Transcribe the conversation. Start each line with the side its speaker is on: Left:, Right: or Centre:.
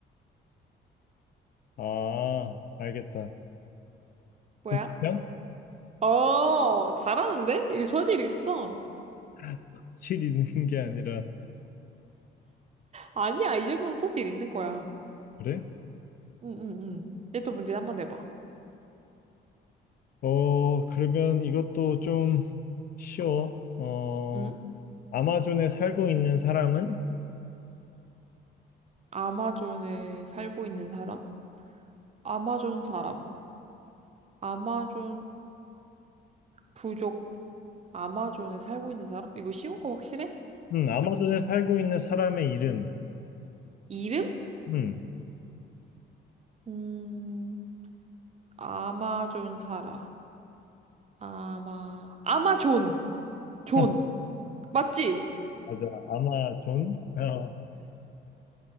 Left: 아, 알겠다. 고추장?
Right: 뭐야? 어, 잘하는데? 이 소질 있어.
Left: <laughs> 실 있는 게 아니라
Right: 아니야, 이 정도면 소질 있는 거야.
Left: 그래?
Right: 응, 응, 응. 얘 또 문제 한번 내봐.
Left: 어, 그러면 이것도 좀 쉬워. 어,
Right: 응?
Left: 아마존에 살고 있는 사람은?
Right: 아마존에 살고 있는 사람? 아마존 사람. 아마존 부족, 아마존에 살고 있는 사람? 이거 쉬운 거 확실해?
Left: 음, 아마존에 살고 있는 사람의 이름은?
Right: 이름?
Left: 음,
Right: 음, 아마존 살아. 아마, 아마존! 존!
Left: <laughs>
Right: 맞지?
Left: 맞아. 아마존? 어,